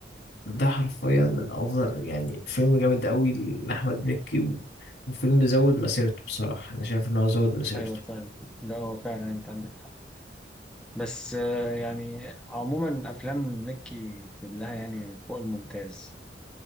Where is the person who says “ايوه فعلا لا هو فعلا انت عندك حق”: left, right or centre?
Centre